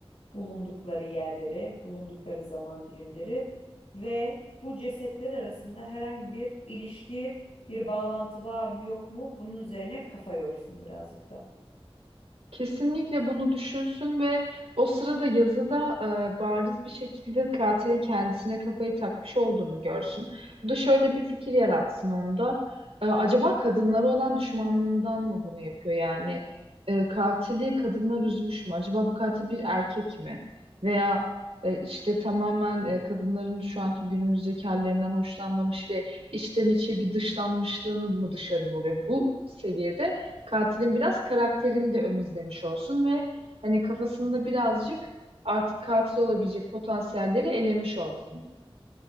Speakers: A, on the left (about 85°); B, on the right (about 75°).
A: bulundukları yerleri, bulundukları zaman dilimleri ve bu cesetler arasında herhangi bir ilişki, bir bağlantı var mı yok mu? Bunun üzerine kafa yorsun birazcık da.
B: Kesinlikle bunu düşünsün ve o sırada yazıda e, bariz bir şekilde katilin kendisine kafayı takmış olduğunu görsün. Bu da şöyle bir fikir yaratsın onda. E, acaba kadınlara olan düşmanlığından mı bunu yapıyor? Yani e, katili kadınlar üzmüş mü? Acaba bu katil bir erkek mi? Veya e, işte tamamen e, kadınların şu anki günümüzdeki hallerinden hoşlanmamış ve içten içe bir dışlanmışlığını mı dışarı vuruyor? Bu seviyede katilin biraz karakterini de ön izlemiş olsun ve hani kafasında birazcık artık katil olabilecek potansiyelleri elemiş olsun.